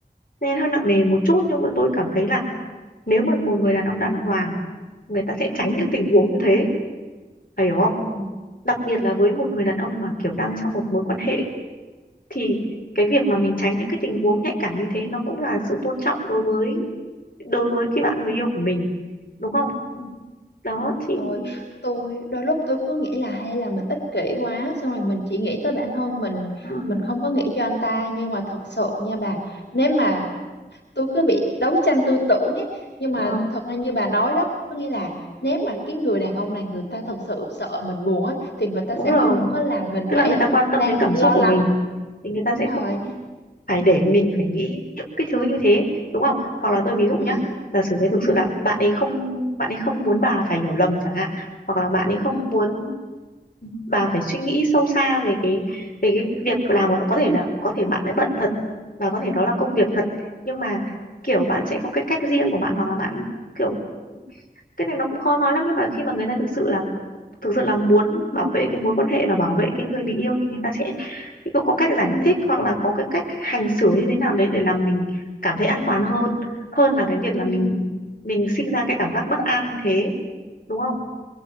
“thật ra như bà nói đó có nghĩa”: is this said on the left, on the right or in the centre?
Left